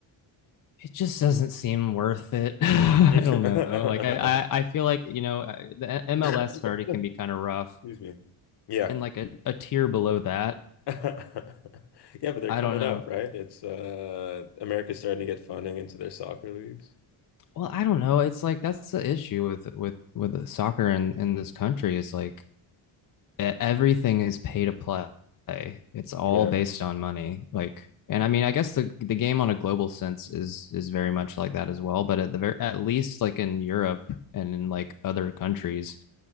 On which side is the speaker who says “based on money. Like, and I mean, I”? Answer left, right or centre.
Left